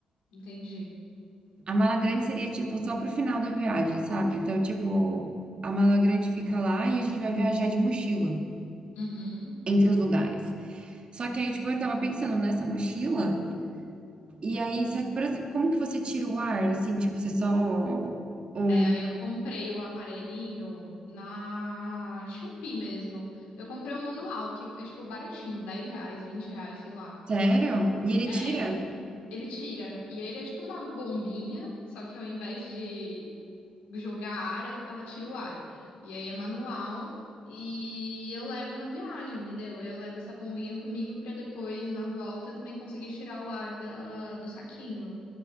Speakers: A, on the left; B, on the right.
A: entendi.
B: A mala grande seria, tipo, só pro final da viagem, sabe? Então, tipo, a mala grande fica lá e a gente vai viajar de mochila.
A: Uhum.
B: entre os lugares. Só que aí, tipo, eu tava pensando nessa mochila, e aí, só que, por exemplo, como que você tira o ar, assim, tipo, você só... o
A: É, aí eu comprei o aparelhinho na Shopee mesmo. Eu comprei um manual, que é tipo baratinho, 10 reais, 20 reais, sei lá.
B: sério? E ele
A: É,
B: tira?
A: ele tira. E aí ele é tipo uma bombinha, só que ao invés de, jogar ar, eu- ela tira o ar. E aí é manual e eu levo na viagem, entendeu? Aí eu levo essa bombinha comigo pra depois, na volta, também conseguir tirar o ar da- do saquinho.